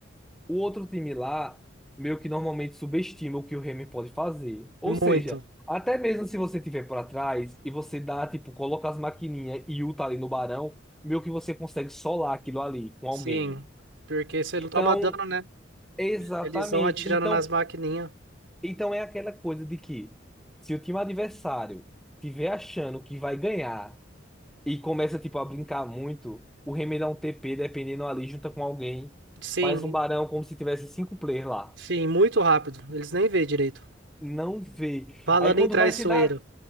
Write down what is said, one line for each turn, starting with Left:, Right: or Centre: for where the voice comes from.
Centre: o outro time lá meio que normalmente subestima o que o Remy pode fazer. Ou
Right: Muito.
Centre: seja, até mesmo se você tiver para trás e você dá, tipo, coloca as maquininhas e ulta ali no Barão, meio que você consegue solar aquilo ali com alguém.
Right: Sim, porque você
Centre: Então,
Right: não toma dano, né?
Centre: exatamente.
Right: Eles vão atirando
Centre: Então,
Right: nas maquininhas.
Centre: então é aquela coisa de que se o time adversário tiver achando que vai ganhar e começa, tipo, a brincar muito, o Remy dá um TP dependendo ali, junta com alguém,
Right: Sim,
Centre: faz um Barão como se tivesse cinco players lá.
Right: sim, muito rápido. Eles nem vê direito.
Centre: Não vê.
Right: Falando
Centre: Aí quando
Right: em traiçoeiro.
Centre: vai se dar.